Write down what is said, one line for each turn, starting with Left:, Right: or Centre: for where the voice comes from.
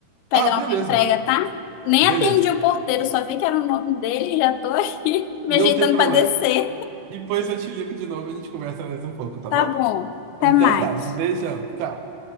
Left: pegar
Right: Ah, beleza.
Left: uma entrega, tá? Nem
Right: Beleza.
Left: atendi o porteiro, só vi que era o nome dele e já tô aqui <laughs> me
Right: Não
Left: ajeitando
Right: tem problema.
Left: pra descer.
Right: Depois eu te ligo de novo e a gente conversa mais um pouco, tá
Left: Tá
Right: bom?
Left: bom, até
Right: Então
Left: mais.
Right: tá. Um beijão. Tchau.